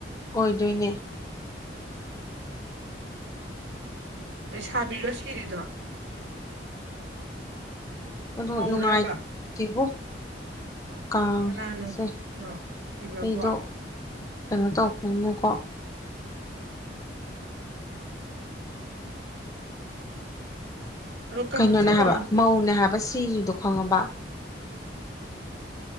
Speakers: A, on the left (about 20°); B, on the right (about 85°).
A: ꯑꯣꯏꯗꯣꯏꯅꯦ
B: ꯂꯩꯁꯥꯕꯤꯔꯣ ꯁꯤꯔꯤꯗꯣ
A: ꯑꯣ
B: ꯃꯧꯔꯕ
A: ꯅꯨꯡꯉꯥꯏꯇꯦꯕꯣ ꯀꯥꯡ
B: ꯀꯅꯥꯅꯣ
A: ꯁꯦ
B: ꯀꯅꯣ ꯁꯤꯕꯕꯣ
A: ꯑꯩꯗꯣ ꯀꯩꯅꯣ ꯇꯧ <unintelligible>
B: ꯑꯗꯣ ꯀꯥꯡ
A: ꯀꯩꯅꯣꯅꯦ
B: ꯆꯠꯂꯨꯔꯅꯨꯗ
A: ꯍꯥꯏꯕ ꯃꯧꯅꯦ ꯍꯥꯏꯕ ꯁꯤꯔꯤꯗꯣ ꯈꯪꯉꯕꯥ
B: ꯎꯝ